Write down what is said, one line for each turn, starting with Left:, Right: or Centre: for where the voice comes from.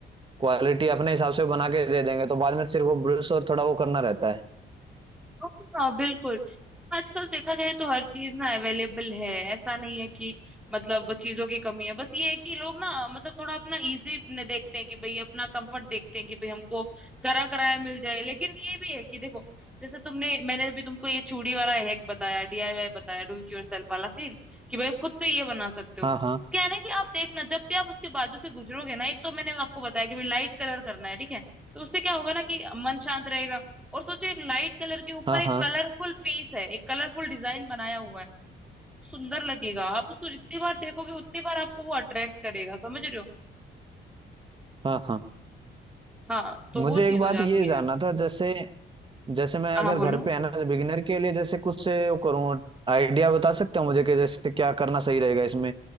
Right: क्वालिटी अपने हिसाब से बना के दे देंगे तो बाद में सिर्फ वो ब्रश और थोड़ा वो करना रहता है
Centre: हम्म। हाँ बिल्कुल आजकल देखा जाए तो हर चीज ना अवेलेबल है ऐसा नहीं है कि मतलब चीजों की कमी है बस ये है कि लोग ना मतलब थोड़ा अपना इजी देखते हैं कि भाई अपना कंफर्ट देखते हैं कि भाई हमको करा कराया मिल जाए लेकिन ये भी है कि देखो जैसे तुमने मैंने अभी तुमको ये चूड़ी वाला हैक बताया डीआईवाई बताया डू इट योरसेल्फ वाला सीन कि भाई आप खुद से ये बना सकते हो
Right: हाँ हाँ
Centre: क्या है ना कि आप देखना जब भी आप उसके बाजू से गुजरोगे ना एक तो मैंने आपको बताया कि भाई लाइट कलर करना है ठीक है तो उससे क्या होगा ना कि मन शांत रहेगा और सोचो एक लाइट कलर के ऊपर
Right: हाँ
Centre: एक
Right: हाँ
Centre: कलरफुल पीस है एक कलरफुल डिजाइन बनाया हुआ है सुंदर लगेगा आप उसको जितनी बार देखोगे उतनी बार आपको वो अट्रैक्ट करेगा समझ रहे हो
Right: हाँ हाँ
Centre: हाँ तो
Right: मुझे
Centre: वो चीज
Right: एक बात
Centre: हो जाती
Right: ये जानना
Centre: है
Right: था जैसे जैसे मैं
Centre: हाँ
Right: अगर
Centre: बोलो
Right: घर पे है ना बिगिनर के लिए जैसे कुछ से वो करूँ आइडिया बता सकते हो मुझे कि जैसे क्या करना सही रहेगा इसमें